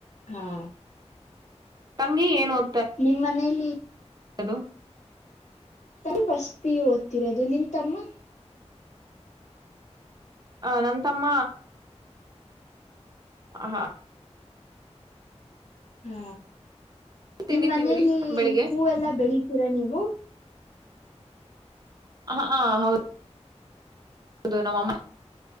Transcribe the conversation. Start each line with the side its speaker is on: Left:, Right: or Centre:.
Left: ಹಾ <inaudible>
Right: ತಂಗಿ ಏನೋ-
Left: ನಿಮ್ ಮನೇಲಿ., -
Right: ಹಲೋ,
Left: ತ ಪಷ್ಟ ಪಿ ಓದ್ತಿರೋದು ನಿಂತಮ್ಮ., -
Right: ಆ ನ ತಮ್ಮ ಹ <inaudible>
Left: ಹಾ, ನಿಮ್ಮ್
Right: ತಿಂಡಿ
Left: ಮನೇೆಯಲ್ಲಿ
Right: ತಿಂದ್ರಿ ಬೆಳಿಗ್ಗೆ
Left: ಹೂವೆಲ್ಲ ಬೆಳಿತೀರಾ ನೀವು. -
Right: ಹ ಹಾ, ಹೌದು., - ಹೌದು ನಮ್ಮಮ್ಮ